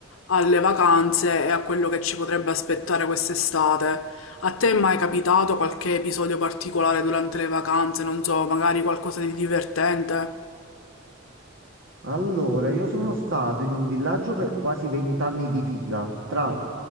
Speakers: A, on the left; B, on the right.
A: alle vacanze e a quello che ci potrebbe aspettare quest'estate. A te è mai capitato qualche episodio particolare durante le vacanze? Non so, magari qualcosa di divertente?
B: Allora, io sono stato in un villaggio per quasi vent'anni di fila, tra